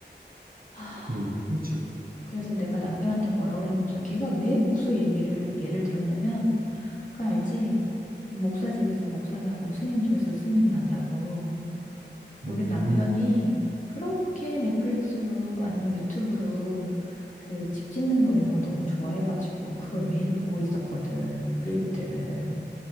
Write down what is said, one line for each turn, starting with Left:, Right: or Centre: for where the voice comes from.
Left: <sighs> 하,
Right: 음, 그렇지.
Left: 그래서 내가 남편한테 뭐라 그랬는지, 알아? 걔가 왜 목수 얘기를, 예를 들었냐면, 그 알지? 목사 집에서 목사 나고 스님 집에서 스님 난다고. 우리
Right: 음,
Left: 남편이 그렇게 넷플릭스로 아니면 유튜브로 그 집 짓는 거 이런 걸 너무 좋아해가지고 그걸 매일 보고 있었거든, 클립들을.